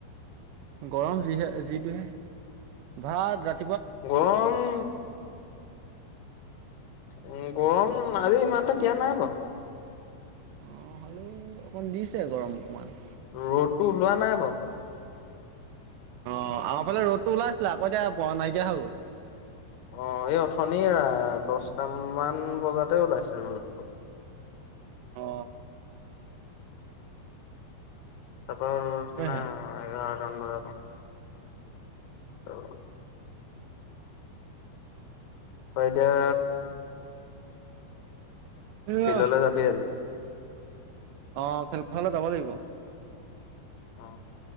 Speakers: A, on the right; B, on the left.
A: গৰম যিহে যিটোহে ভাত ৰা।
B: গৰম। উম গৰম আজি ইমানটা দিয়া নাই বাৰু।
A: অ হ'লেও অকণ দিছে গৰম অকমান।
B: ৰ'দটো ওলোৱা নাই বাও।
A: অ আমাৰ ফালে ৰ'দতটো ওলাই আছিলে আকৌ এতিয়া ব নাইকিয়া হৈ গল।
B: অ এই অথনিৰ দহটামান বজাতে ওলাইছিলো ৰদটো। <unintelligible>
A: অ।
B: তাৰাপা ৰত
A: তাকেহে
B: ন এঘাৰটা মান বজাৰ পৰা। অ। অ এতিয়া
A: এয়া
B: ফিল্ডলৈ যাবি আজি।
A: অ খেলপথালে যাব লাগিব।
B: অ।